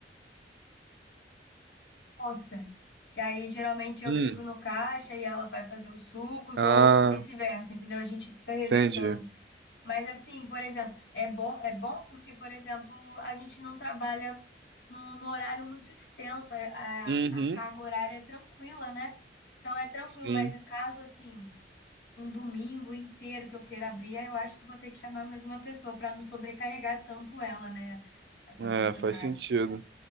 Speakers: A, on the left; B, on the right.
A: Nossa, que aí geralmente eu
B: Hum.
A: fico no caixa e ela vai fazer os sucos
B: Ah,
A: ou vice-versa, entendeu? A gente fica revezando.
B: entendi.
A: Mas assim, por exemplo, é bom, é bom porque, por exemplo, a gente não trabalha no, no horário muito extenso, é- a,
B: Uhum.
A: a carga horária é tranquila, né? Então é tranquilo,
B: Sim,
A: mas caso assim, um domingo inteiro que eu queira abrir, eu acho que vou ter que chamar mais uma pessoa para não sobrecarregar tanto ela, né? Essa
B: é,
A: funcionária.
B: faz sentido,